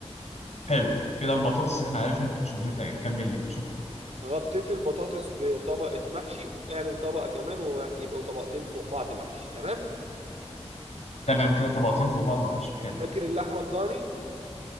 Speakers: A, on the left (about 70°); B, on the right (about 70°).
A: حلو كده البطاطس احنا عرفنا شغلتها ايه كمل لي شكرا
B: غطيت البطاطس بطبقة محشي اعمل طبقة كمان ويبقوا طبقتين فوق بعض محشي تمام
A: تمام كده طبقتين فوق بعض محشي حلو
B: فاكر اللحمة الضاني